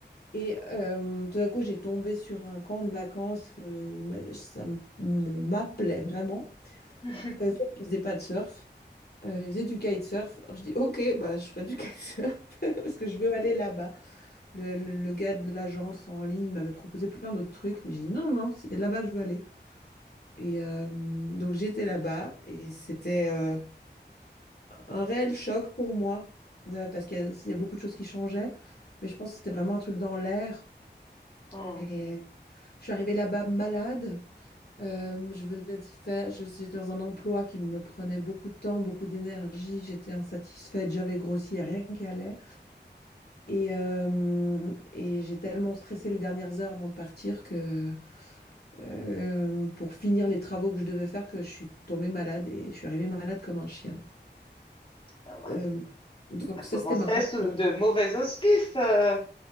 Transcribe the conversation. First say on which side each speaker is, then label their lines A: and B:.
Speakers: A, on the left; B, on the left.
A: Et euh, tout d'un coup, j'ai tombé sur un camp de vacances. euh, mais ça m- me- m'appelait vraiment.
B: <laughs>
A: Euh, sauf qu'ils ne faisaient pas de surf. Euh, ils faisaient du kitesurf. Alors, je dis, OK, bah, je ferai du <laughs> kitesurf <laughs> parce que je veux aller là-bas. Le, le- le gars de l'agence en ligne il m'avait proposé plein d'autres trucs, mais j'ai dit non, non, non, c'est là-bas que je veux aller. Et euh, donc j'étais là-bas et c'était euh, un réel choc pour moi euh, parce qu'il y, a il y a beaucoup de choses qui changeaient, mais je pense que c'était vraiment un truc dans l'air.
B: hmm.
A: Et je suis arrivée là-bas malade. Euh, je venais de faire, je- j'étais dans un emploi qui me prenait beaucoup de temps, beaucoup d'énergie. J'étais insatisfaite, j'avais grossi, il y a rien qui allait. Et, euh, et j'ai tellement stressé les dernières heures avant de partir que euh, pour finir les travaux que je devais faire que je suis tombée malade et je suis arrivée malade comme un chien.
B: Ah ben,
A: Euh, donc
B: Ça commençait
A: ça, c'était ma rencontre.
B: sous de mauvais auspices, euh,